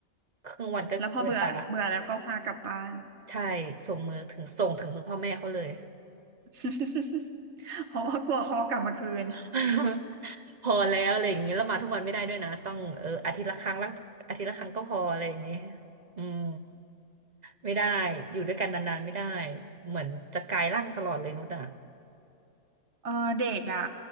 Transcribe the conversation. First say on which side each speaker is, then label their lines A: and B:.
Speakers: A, on the right; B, on the right.
A: ครึ่งวันก็เกินไปละ
B: แล้วพอเบื่อเบื่อแล้วก็พากลับบ้าน
A: ใช่ส่งมือถึงส่งถึงมือพ่อแม่เขาเลย
B: <laughs> เพราะว่ากลัวเขากลับมาคืน
A: <laughs> พอแล้วอะไรอย่างนี้แล้วมาทุกวันไม่ได้ด้วยนะต้องเอออาทิตย์ละครั้งละอาทิตย์ละครั้งก็พออะไรอย่างนี้อืมไม่ได้อยู่ด้วยกันนานๆไม่ได้เหมือนจะกลายร่างตลอดเลยนุชอ่ะ
B: เออเด็กอ่ะ